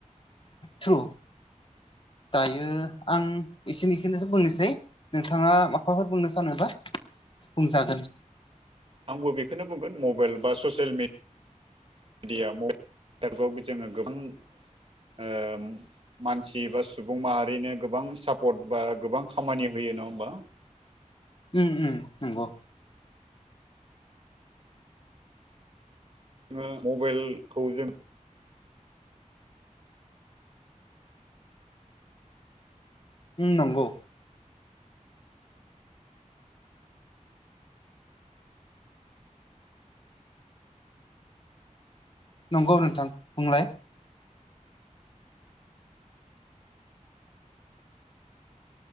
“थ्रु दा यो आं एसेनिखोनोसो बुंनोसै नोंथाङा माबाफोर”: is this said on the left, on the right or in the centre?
Left